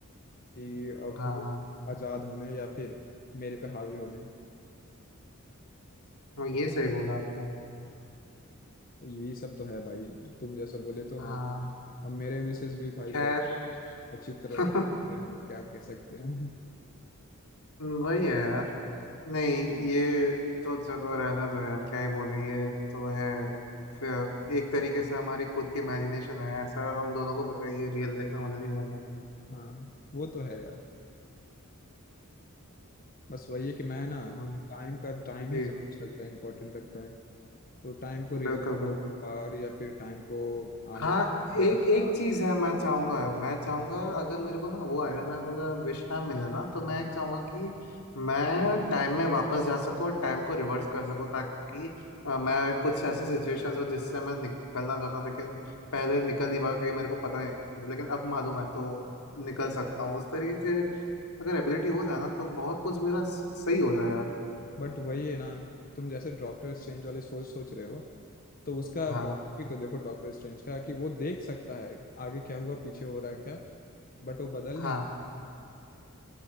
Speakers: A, on the left (about 40°); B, on the left (about 80°).
A: कि अब
B: हाँ
A: वो आज़ाद होने या फिर मेरे पे हावी होने
B: हाँ ये
A: तो,
B: सही बोला आपने
A: तो यही सब तो है भाई तुम जैसा बोले तो हाँ
B: हाँ
A: अब मेरे विशेष भी भाई
B: खैर
A: थोड़ा अच्छी तरह
B: <laughs>
A: वे हैं क्या कह सकते हैं
B: वही है यार नहीं ये तो चलो रहने दो यार क्या ही बोले ये तो है फिर एक तरीके से हमारी खुद की इमेजिनेशन है ऐसा हम दोनों को पता है ये रियल लाइफ में होने नहीं वाला
A: <laughs> हाँ वो तो है यार बस वही है कि मैं ना
B: हम्म
A: टाइम का टाइम
B: जी
A: ही सब कुछ लगता है इंपॉर्टेंट लगता है तो टाइम को रिवर्स
B: बिल्कुल बिल्कुल
A: पावर या फिर टाइम को आगे
B: हाँ
A: बढ़- देखने
B: एक
A: की
B: एक
A: पावर
B: चीज है मैं चाहूंगा मैं चाहूंगा अगर मेरे को ना वो आयरन मैन वाला विश ना मिले ना तो मैं एक चाहूंगा कि मैं टाइम में वापस जा सकूं और टाइम को रिवर्स कर सकूं ताकि अ, मैं कुछ ऐसे सिचुएशंस हो जिससे मैं निकलना चाहता हूं लेकिन पहले निकल नहीं पाया क्योंकि मेरे को पता नहीं था, लेकिन अब मालूम है तो निकल सकता हूँ उस तरीके के अगर एबिलिटी हो जाए ना तो बहुत कुछ मेरा स- सही हो जाए यार
A: बट वही है ना तुम जैसे डॉक्टर स्ट्रेंज वाली सोच सोच रहे हो तो उसका
B: हाँ
A: ड्रॉबैक भी तो देखो डॉक्टर स्ट्रेंज का कि वो देख सकता है आगे क्या हुआ पीछे हो रहा है क्या बट वो बदल
B: हाँ
A: नहीं